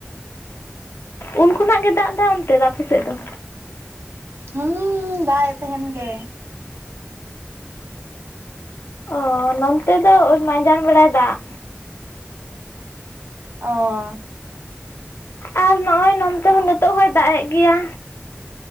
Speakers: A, on the left; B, on the right.
A: ᱩᱱᱠᱩᱚᱱᱟᱜ ᱜᱮ ᱫᱟᱜ ᱮ ᱚᱱᱛᱮ ᱫᱚ ᱟᱯᱮ ᱥᱮᱫ ᱫᱚ
B: ᱦᱩᱸ ᱫᱟᱜ ᱮ ᱛᱟᱦᱮᱱ ᱜᱮ
A: ᱚ ᱱᱚᱱᱛᱮ ᱫᱚ ᱳᱭ ᱢᱟᱸᱡᱟᱱ ᱵᱟᱲᱟ ᱫᱟᱜ
B: ᱚᱚᱦ
A: ᱟᱨ ᱱᱚᱜᱼᱚᱸᱚᱭ ᱱᱚᱱᱛᱮ ᱦᱚᱸ ᱱᱤᱛᱚᱜ ᱦᱚᱭ ᱫᱟᱜ ᱮᱫ ᱜᱮᱭᱟ